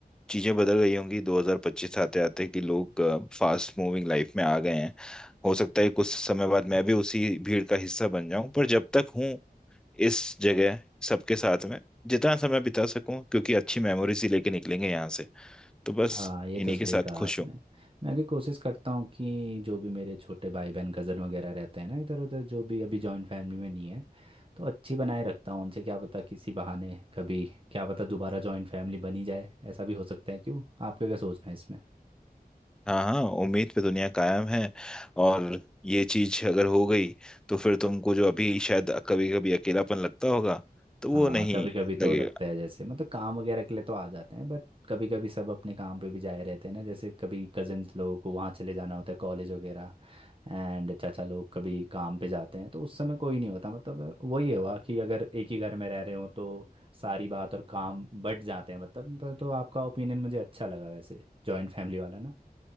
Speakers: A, in the centre; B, on the right (about 35°).
A: चीजें बदल गई होंगी 2025 आते आते कि लोग फास्ट मूविंग लाइफ में आ गए हैं हो सकता है कुछ समय बाद मैं भी उसी भीड़ का हिस्सा बन जाऊं पर जब तक हूं इस जगह सबके साथ में जितना समय बिता सकूं क्योंकि अच्छी मेमोरीज ही लेके निकलेंगे यहाँ से तो बस
B: हाँ ये
A: इन्हीं
B: तो सही
A: के साथ
B: कहा
A: खुश
B: आपने
A: हूं
B: मैं भी कोशिश करता हूँ कि जो भी मेरे छोटे भाई बहन कज़न वगैरह रहते हैं ना इधर उधर जो भी अभी जॉइंट फैमिली में नहीं है तो अच्छी बनाए रखता हूँ उनसे क्या पता किसी बहाने कभी क्या पता दोबारा जॉइंट फैमिली बनी जाए ऐसा भी हो सकता है क्यों आपका क्या सोचना है इसमें
A: हाँ हाँ उम्मीद पे दुनिया कायम है और ये चीज अगर हो गई तो फिर तुमको जो अभी शायद कभी कभी अकेलापन लगता होगा तो वो
B: हाँ
A: नहीं
B: कभी कभी तो
A: लगेगा
B: लगता है जैसे मतलब काम वगैरह के लिए तो आ जाते हैं बट कभी कभी सब अपने काम पे भी जाए रहते हैं ना जैसे कभी कजन्स लोगों को वहाँ चले जाना होता है कॉलेज वगैरह एंड चाचा लोग कभी काम पे जाते हैं तो उस समय कोई नहीं होता मतलब वही हुआ कि अगर एक ही घर में रह रहे हो तो सारी बात और काम बट जाते हैं मतलब तो तो आपका ओपिनियन मुझे अच्छा लगा वैसे जॉइंट फैमिली वाला ना